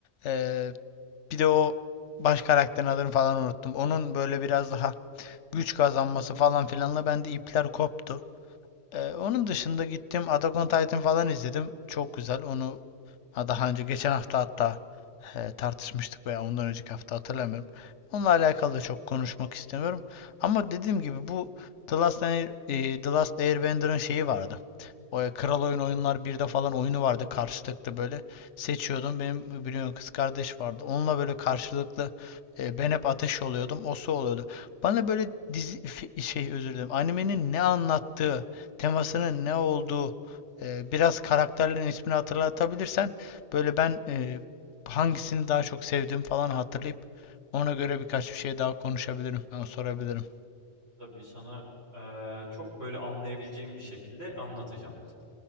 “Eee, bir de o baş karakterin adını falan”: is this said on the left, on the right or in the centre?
Left